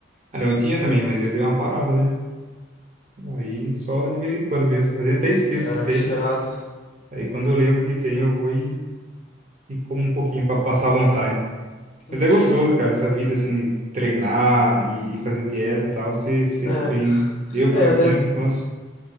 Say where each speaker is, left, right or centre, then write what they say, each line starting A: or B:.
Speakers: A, on the right; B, on the left.
A: ah, não, eu tinha também, mas eu dei uma parada, né? Aí só de vez em quando mesmo. Às vezes até esqueço
B: Eu
A: que
B: era
A: tem.
B: viciado.
A: Aí quando eu lembro que tem, eu vou e, e como um pouquinho para passar a vontade.
B: Entendi.
A: Mas é gostoso, cara, essa vida assim de treinar e, e fazer dieta e tal, você se sente
B: É.
A: bem, né? Eu, pelo
B: É, eu até
A: menos, nossa,